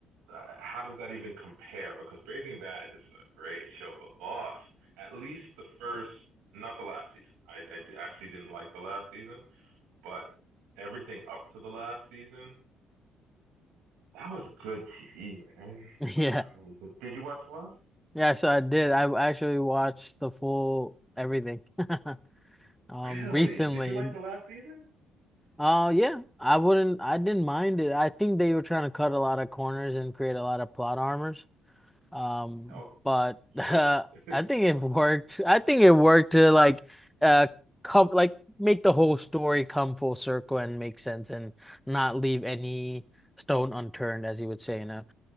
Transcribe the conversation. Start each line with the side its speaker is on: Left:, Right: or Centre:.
Right: Uh, how does that even compare? Because Breaking Bad is a great show, but Lost, at least the first, not the last season. I, I d- actually didn't like the last season, but everything up to the last season That was good TV, man. It
Centre: <laughs> yeah,
Right: was really good. Did you watch Lost?
Centre: yeah. So I did. I actually watched the full everything <laughs> um
Right: Really?
Centre: recently.
Right: Did you like the last season?
Centre: Uh, yeah, I wouldn't. I didn't mind it. I think they were trying to cut a lot of corners and create a lot of plot armors. Um,
Right: Yup.
Centre: but
Right: Yup.
Centre: <laughs> uh,
Right: <laughs>
Centre: I think it worked. I think it worked to like uh come like make the whole story come full circle and make sense and not leave any stone unturned, as you would say, you know.